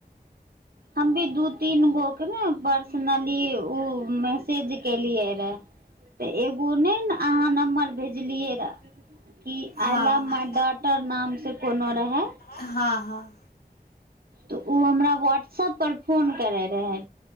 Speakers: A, on the right; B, on the left.
A: हम भी दू तीन गो के ने पर्सनली ओ मैसेज केलियै रहए तऽ एगो नहि ने अहाँ नम्बर भेजलियै रह की
B: हँ
A: अल्म डो टर नाम से कोनो रहै
B: हँ हँ
A: तऽ ओ हमरा व्हाट्सप पर फोन करै रहै